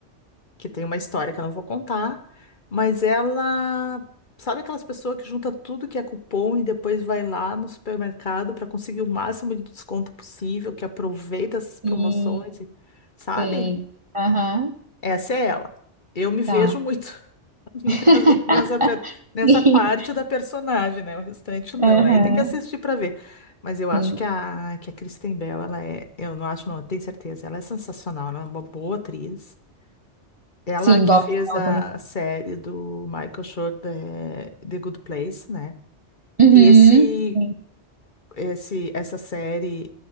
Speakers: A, on the left (about 45°); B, on the right (about 30°).
A: que tem uma história que eu não vou contar, mas ela. Sabe aquelas pessoas que junta tudo que é cupom e depois vai lá no supermercado para conseguir o máximo de desconto possível, que aproveita essas promoções,
B: Sim,
A: e- sabe?
B: sei. Aham,
A: Essa é ela. Eu me vejo
B: tá.
A: muito <laughs> nessa,
B: <laughs>
A: nessa pe- nessa
B: Sim.
A: parte da personagem, né? O restante não.
B: Aham,
A: Aí tem que assistir para ver. Mas eu acho
B: sim.
A: que a, que a Kristen Bell, ela é. Eu não acho, não, eu tenho certeza. Ela é sensacional, ela é uma boa atriz. Ela
B: Sim,
A: que
B: gosto
A: fez
B: dela
A: a
B: também.
A: série do Michael Schur, The The Good Place, né?
B: Uhum.
A: E esse,
B: sim.
A: esse, essa série,